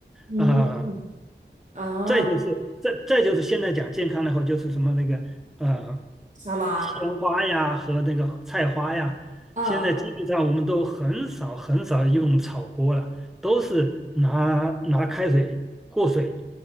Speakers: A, on the right; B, in the centre.
A: 嗯，
B: 啊、
A: 啊，
B: 再就是再再就是现在讲健康的话，就是什么那个呃，
A: 沙拉
B: 鲜花呀和那个菜花呀，
A: 啊
B: 现在基本上我们都很少很少用炒锅了，都是拿拿开水过水，